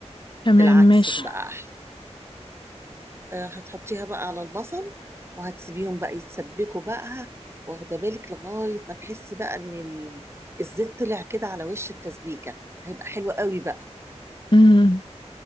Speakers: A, on the left; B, on the right.
A: تمام
B: بالعكس
A: ماشي
B: تبقى احلى أه هتحطيها بقى على البصل وهتسيبيهم بقى يتسبكوا بقى واخده بالك لغايه ما تحسي بقى ان ال- الزيت طلع كده على وش التسبيكه هيبقى حلو قوي بقى
A: امم